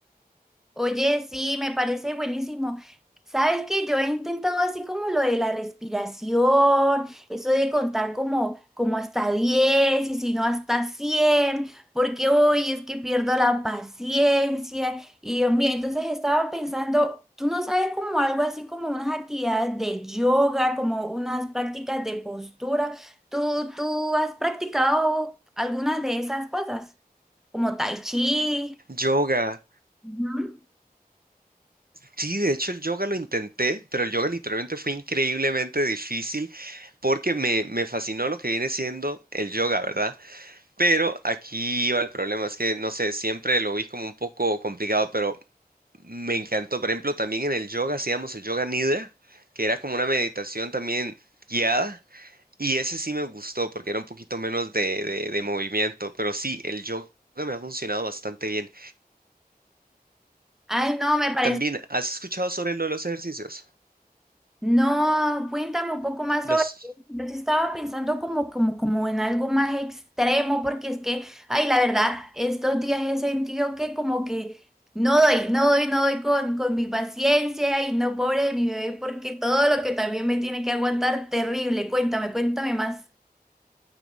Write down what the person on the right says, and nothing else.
Yoga.
Sí, de hecho el yoga lo intenté, pero el yoga literalmente fue increíblemente difícil porque me, me fascinó lo que viene siendo el yoga, ¿verdad? Pero aquí iba el problema, es que no sé, siempre lo vi como un poco complicado, pero me encantó. Por ejemplo, también en el yoga hacíamos el yoga nidra, que era como una meditación también guiada, y ese sí me gustó porque era un poquito menos de, de, de movimiento, pero sí, el yoga me ha funcionado bastante bien.
También, ¿has escuchado sobre lo de los ejercicios?
Los...